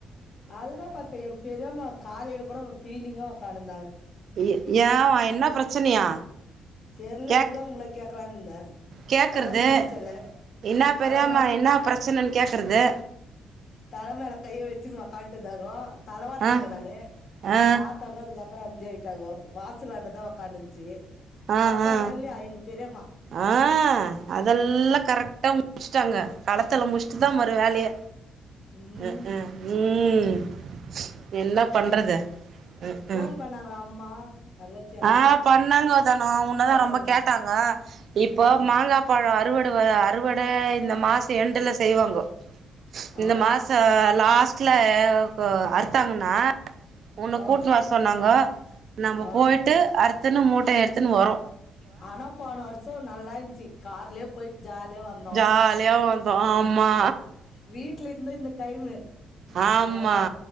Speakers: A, on the left; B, on the right.
A: அதுதா பாத்தே என் பெரியம்மா காலையில கூட அவ பீல் <unintelligible>
B: ய யாவம் என்ன பிரச்சனயா
A: தெர்ல
B: கேக்
A: அதுதா உங்கள கேக்கலான்னு இருந்தே
B: கேக்கறது
A: ஒடம்பு கிடம்பு செர்ல
B: என்ன பெரியம்மா
A: தலம
B: என்ன பிரச்சனன்னு கேக்கறது
A: தலமேல கைய வச்சுன்னு உட்கா ந்ததாகோ தலவாரினுருந்தே
B: ஆ
A: நானு
B: ஆ
A: பாத்தாங்கோ அதுக்கு அப்பறோ அம்தியா ஆ <unintelligible> வாசலாண்டதா ஒக்காந்துருந்துச்சி
B: ஆ
A: சாப்டாங்ளா
B: ஆ
A: இல்லையா எங்க பெரியம்மா
B: ஆ அதெல்லா கரெக்டா முச்ட்டாங்க களத்தல முச் சு தா மறு வேலயே
A: ம்
B: ம்ம் ம் என்ன பண்றது ம்ம்
A: ஃபோன் பண்ணாங்களா அம்மா தங்கச்சி எல்லா
B: ஆ பண்ணாங்க தனோ உன்னதா
A: பேசனு
B: ரொம்ப கேட்டாங்கோ இப்ப
A: ஆ
B: மாங்கா பழோ அத் அறுவட வ அறுவட இந்த மாசோ எண்டுல செய்வாங்கோ இந்த
A: ஆ
B: மாச லாஸ்ட் ட்ல அவ் ப்போ அறுத்தாங்கன்னா உன்ன
A: ஆ
B: கூட்னு வர சொன்னாங்கோ நம்மப்
A: ஆ
B: போய்ட்டு அறுத் துன்னு மூட்டயடுத்துன்னு வரு
A: ஆனா போன வருஸோ நல்லாயின் ச்சு கார்லேயேப் போயிட் ஜாலியா வந்தோ
B: ஜாலியா வந்தோ ஆமா
A: வீட்ல இந்த இந்தத் டைமு
B: ஆம்மா
A: நல்லா